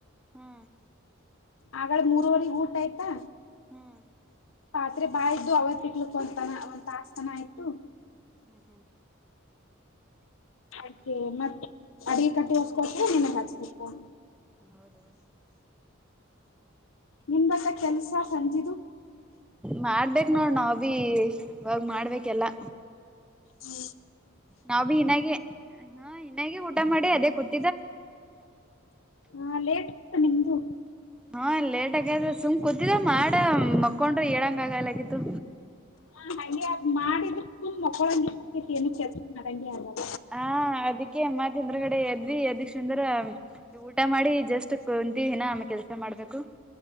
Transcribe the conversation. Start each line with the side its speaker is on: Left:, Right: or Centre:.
Centre: ಹ್ಮ್
Left: ಆಗಳೇ ಮೂರವರೆಗ ಊಟ ಆಯ್ತಾ
Centre: ಹ್ಮ್
Left: ಪಾತ್ರೆ ಬಾಯ ಇದ್ದು ಅವ್ರ ತಿಕ್ಲಕ್ ಒತನ ಒಂದ ತಾಸ್ತನ ಆಯ್ತು
Centre: ಹ್ಮ್ ಹ್ಮ್
Left: ಅದೆ ಮತ್ತೆ ಅಡಗೆ ಕಟ್ಟಿ ಒರೆಸಿ ಕೊಳಕರ ನಿನಗ ಹಚ್ಚಿದೆ ಫೋನ್
Centre: ಹೌದು.
Left: ನಿಮ್ಮದು ಆಯ್ತಾ ಕೆಲಸ ಸಂಜೀದು
Centre: ಮಾಡ್ಬೇಕ ನೋಡ್ ನಾವ ಭೀಸ್ ಇವಾಗ ಮಾಡ್ಬೇಕೆಲ್ಲಾ.
Left: ಹು.
Centre: ನಾವ ಭೀ ಇನಾಗೆ ಹ ಇನಾಗೆ ಊಟ ಮಾಡಿ ಅದೇ ಕೂತ
Left: ಹಾ ಲೇಟ್ ಆತ ನಿಮ್ದು
Centre: ಹಾ ಲೇಟ್ ಆಗ್ಯಾದ ಸುಮ್ ಕೂತಿದ್ದ ಮಾಡ ಮಕ್ಕೊಂಡ್ರ ಏಳಂಗ ಆಗಲಗತ್ತು.
Left: ಹಾ ಹಂಗೆ ಅದ್ ಮಾಡಿದ್ರ ಸುಮ್ಮ್ ಮಕ್ಕೊಳಂಗೆ ಆಗ್ತೇತಿ ಏನು ಕೆಲಸ ಮಾಡಂಗೆ ಆಗಲ್ಲ.
Centre: ಹಾ ಅದಿಕ್ಕೆ ಮತ ಎದರ್ಗಡೆ ಕಡೆ ಎದ್ವಿ ಅದಿಕ್ಷಂದ್ರ ಇಗ ಊಟ ಮಾಡಿ ಜಸ್ಟ್ ಕುಂತ ಇನ್ನ ಕೆಲ್ಸ ಮಾಡ್ಬೇಕು.